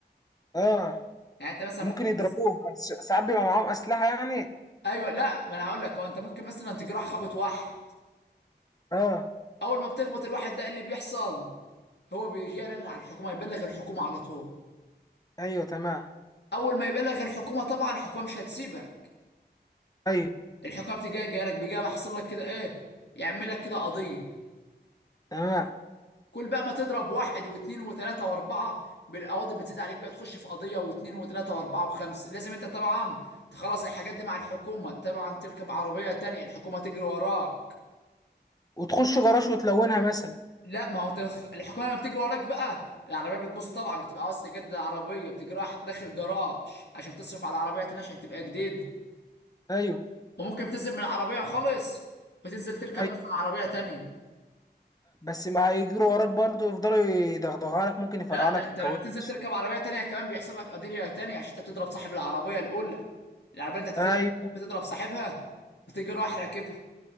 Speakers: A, on the left; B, on the left.
A: اه
B: يعني انت مثلا
A: ممكن
B: ممكن
A: يضربوك
B: بس...
A: بس ساعات بيبقى معاهم اسلحه يعني
B: ايوه لا ما انا هقول لك هو انت ممكن مثلا تجرح خبط واحد
A: اه
B: اول ما بتخبط الواحد ده إيه اللي بيحصل هو بيجرن على الحكومه يبلغ الحكومه على طول
A: ايوه تمام
B: اول ما يبلغ الحكومه طبعا الحكومه مش هتسيبك
A: ايوه
B: الحكام تجي جالك بيجي محصل لك كده ايه يعمل لك كده قضيه
A: تمام
B: كل بقى ما تضرب واحد واثنين وثلاثه واربعه بالقواضي بتزيد عليك بقى تخش في قضيه واثنين وثلاثه واربعه وخمسه لازم انت طبعا تخلص الحاجات دي مع الحكومه طبعا تركب عربيه تانية الحكومه تجري وراك
A: وتخش جراج وتلونها مثلا
B: لا ما هو انت بتخ... الحكومه لما بتجري وراك بقى العربيه بتبص طبعا بتبقى عاوز تجدد العربيه بتجريها داخل جراج عشان تصرف على العربيه تانية عشان تبقى جديد
A: ايوه
B: وممكن تنزل من العربيه خالص وتنزل تركب
A: ايوه
B: مثلا عربيه تانية
A: بس ما هيجروا وراك برضه يفضلوا يدغدغوا لك ممكن يفرقعوا
B: لا ده
A: لك
B: انت
A: الكاوتش
B: لما بتنزل تركب عربيه تانية كمان بيحصل لك قضيه تانية عشان انت بتضرب صاحب العربيه الاولى العربيه اللي انت هتاخدها
A: ايوه
B: منك بتضرب صاحبها بتيجي رايح راكبها